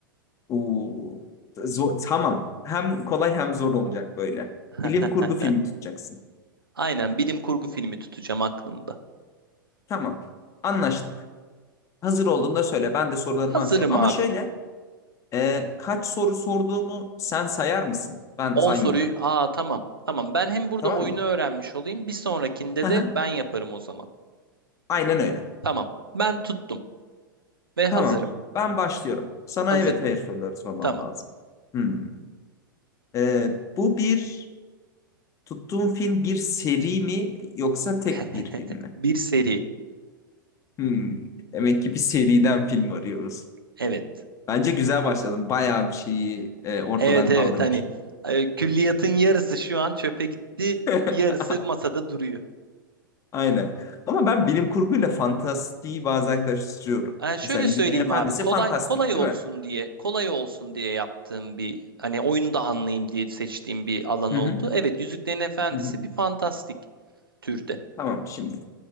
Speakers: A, on the left; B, on the right.
A: Oo, zo- tamam. Hem kolay hem zor olacak böyle.
B: <laughs>
A: Bilim kurgu filmi tutacaksın.
B: Aynen bilim kurgu filmi tutacağım aklımda.
A: Tamam. Anlaştık. Hazır olduğunda söyle. Ben de sorularımı
B: Hazırım
A: açacağım. Ama
B: abi.
A: şöyle, e, kaç soru sorduğumu sen sayar mısın? Ben
B: 10
A: saymayacağım.
B: soruyu. Aa tamam. Tamam. Ben hem burada
A: Tamam
B: oyunu
A: mı?
B: öğrenmiş olayım. Bir sonrakinde
A: Hı
B: de
A: hı.
B: ben yaparım o zaman.
A: Aynen öyle.
B: Tamam. Ben tuttum ve hazırım.
A: Tamam. Ben başlıyorum. Sana
B: Hazırım.
A: evet hayır soruları sormam
B: Tamam.
A: lazım. Hmm. E, bu bir Tuttuğun film bir seri mi yoksa tek
B: <laughs>
A: bir film mi?
B: Bir seri.
A: Hmm, demek ki bir seriden film arıyoruz.
B: Evet.
A: Bence güzel başladım. Bayağı bir şeyi e, ortadan
B: Evet evet
A: kaldırmışım.
B: hani e, külliyatın yarısı şu an çöpe gitti,
A: <laughs>
B: yarısı masada duruyor.
A: Aynen. Ama ben bilim kurguyla fantastiği bazen karıştırıyorum.
B: E, şöyle
A: Mesela Yüzüklerin
B: söyleyeyim
A: Efendisi
B: abi kolay
A: fantastik
B: kolay
A: değil
B: olsun
A: mi?
B: diye kolay olsun diye yaptığım bir hani oyunu da anlayayım diye seçtiğim bir alan
A: Hı
B: oldu.
A: hı.
B: Evet Yüzüklerin Efendisi
A: Hı hı.
B: bir fantastik türde.
A: Tamam şimdi.